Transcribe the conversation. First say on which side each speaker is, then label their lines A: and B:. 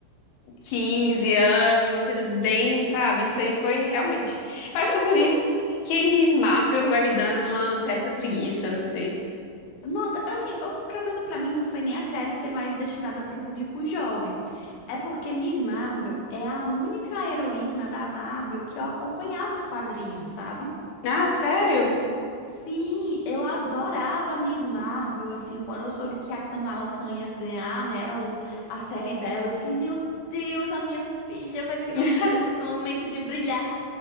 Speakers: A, on the left; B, on the left.
A: quinze anos, uma coisa bem, sabe? Isso aí foi realmente. Eu acho
B: Não,
A: que é por
B: pior.
A: isso que Miss Marvel vai me dando uma certa preguiça, não sei.
B: Nossa, assim, o problema pra mim não foi nem a série ser mais destinada pro público jovem. É porque Miss Marvel é a única heroína da Marvel que eu acompanhava os quadrinhos, sabe?
A: Ah, sério?
B: Sim, eu adorava a Miss Marvel, assim, quando eu soube que a Kamala Khan ia ganhar, né, o, a série dela, eu fiquei, meu Deus, a minha filha vai finalmente
A: <laughs>
B: ter um momento de brilhar.